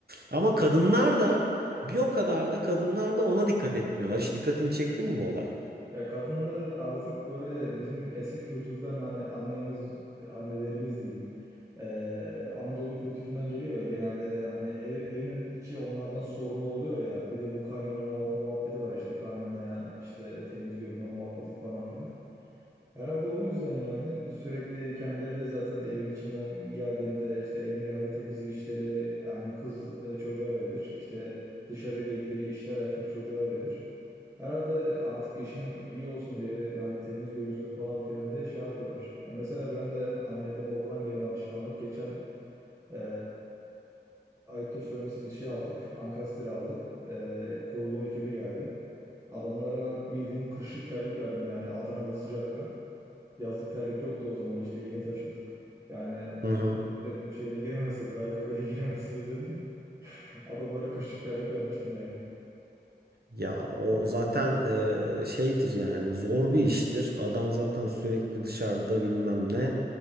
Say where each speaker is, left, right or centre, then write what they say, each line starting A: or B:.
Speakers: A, on the right; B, on the right.
A: Ama kadınlar da bir o kadar da kadınlar da ona dikkat etmiyorlar. Hiç dikkatini çekti mi bu olay?
B: Ya kadınlar artık böyle bizim eski kültürden hani annemiz, annelerimiz diyeyim. eee, Anadolu kültüründen geliyor ya genelde hani ev, evin içi onlardan sorumlu oluyor ya. Bir de bu kaynana muha- muhabbeti var işte kaynanaya işte temiz görünme muhabbeti falan filan. Herhalde o yüzden yani sürekli kendileri de zaten evin içinden geldiğinde işte evin genelde temizlik işleri hani kız e, çocuğa verilir. İşte dışarıyla ilgili işler erkek çocuğa verilir. Herhalde artık işim iyi olsun diye hani temiz görünsün falan filan diye şey yapıyorlar. E, mesela ben de anneden babadan gelen alışkanlık geçen e, ayıptır söylemesi bir şey aldık. Ankastre aldık. E, kurulum ekibi geldi. Adamlara bildiğin kışlık terlik verdim yani Adana'da sıcakta. Yazlık terlik yoktu o zaman işte yeni taşındık. Yani e,
A: Hı hı.
B: dedim şeyle giremezsiniz, ayakkabıyla giremezsiniz dedim. <laughs> Adamlara kışlık terlik vermiştim yani.
A: Ya o zaten eee, şeydir yani zor bir iştir. Adam zaten sürekli dışarıda bilmem ne.